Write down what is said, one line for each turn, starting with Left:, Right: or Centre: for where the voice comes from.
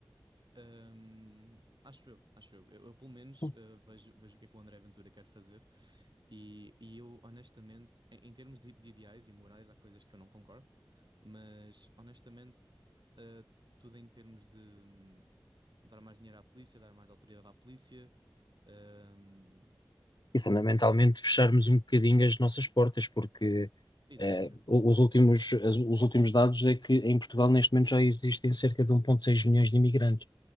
Right: Ahm, acho eu, acho eu. Eu, eu, pelo menos
Left: Hum.
Right: eh, vejo, vejo o que é que o André Ventura quer fazer e, e eu, honestamente, em, em termos de, de ideais e morais, há coisas que eu não concordo, mas honestamente, eh, tudo em termos de hum, dar mais dinheiro à polícia, dar mais autoridade à polícia, hum,
Left: E fundamentalmente fecharmos um bocadinho as nossas portas, porque
Right: exatamente.
Left: eh, o- os últimos, as- os últimos dados é que em Portugal neste momento já existem cerca de um vírgula seis milhões de imigrantes,